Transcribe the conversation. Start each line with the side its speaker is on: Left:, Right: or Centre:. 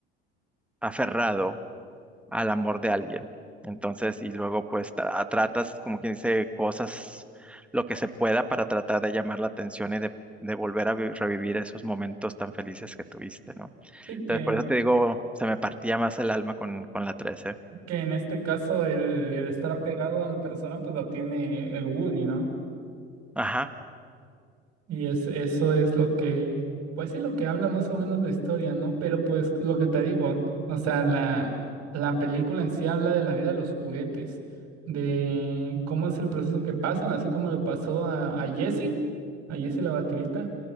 Centre: aferrado al amor de alguien. Entonces, y luego pues tra- tratas, como quien dice, cosas, lo que se pueda para tratar de llamar la atención y de, de volver a vi- revivir esos momentos tan felices que tuviste, ¿no?
Right: Sí,
Centre: Entonces,
Right: que
Centre: por eso te digo, se me partía más el alma con, con la 13.
Right: que en este caso el, el estar apegado a la persona pues lo tiene el Woody, ¿no?
Centre: Ajá,
Right: Y es, eso es lo que, pues sí, lo que habla más o menos la historia, ¿no? Pero pues lo que te digo, o sea, la, la película en sí habla de la vida de los juguetes, de cómo es el proceso que pasan, así como le pasó a, a Jessie, a Jessie la vaquerita,